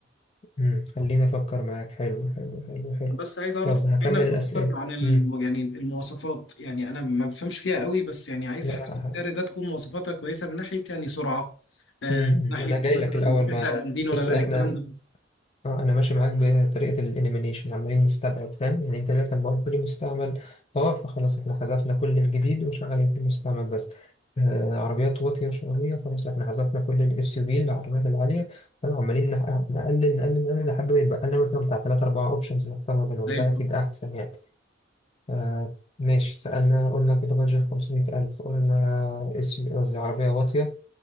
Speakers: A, on the left; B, on the left.
A: مم. خليني أفكر معاك حلو حلو حلو حلو
B: بس عايز اعرف
A: طب هكمل
B: منك
A: الأسئلة
B: اكتر عن الم...
A: مم.
B: يعني المواصفات يعني انا ما بفهمش فيها قوي بس يعني عايز
A: لا
B: حاجه
A: لا
B: في
A: ه-
B: السعر ده تكون مواصفاتها كويسه من ناحيه يعني سرعه آه
A: مم.
B: من ناحيه
A: مم. أنا جاي
B: مثلا
A: لك الأول ما
B: بتحرق بنزين ولا
A: بص
B: لا
A: إحنا
B: الكلام ده
A: اه انا ماشي معاك بطريقه الاليمينيشن عمالين نستبعد فاهم يعني انت دلوقتي لما قلت لي مستعمل اه فخلاص احنا حذفنا كل الجديد وشغالين في المستعمل بس آه عربيات واطيه وشقاويه خلاص احنا حذفنا كل الاس يو في العربيات العاليه فاهم عمالين نح- نقلل نقلل نقلل لحد ما يتبقى لنا مثلا بتاع ثلاثة أربعة أوبشنز نختار ما بينهم
B: زي
A: ده
B: الفل
A: أكيد أحسن يعني آه ماشي سألنا قلنا كده بادجت 500000 قلنا اس يو قصدي عربية واطية